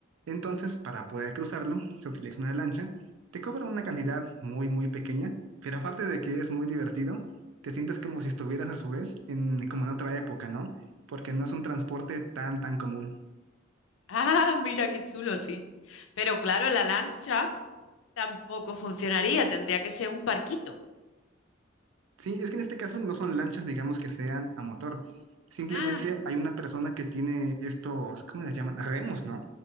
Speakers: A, on the right; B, on the left.
A: Entonces, para poder cruzarlo, se utiliza una lancha. Te cobra una cantidad muy, muy pequeña, pero aparte de que es muy divertido, te sientes como si estuvieras a su vez en, como en otra época, ¿no? Porque no es un transporte tan, tan común.
B: Ah, mira qué chulo, sí. Pero claro, la lancha tampoco funcionaría, tendría que ser un barquito.
A: Sí, es que en este caso no son lanchas, digamos que sean a motor. Simplemente
B: Ah,
A: hay una persona que tiene estos, ¿cómo les llaman? Remos, ¿no?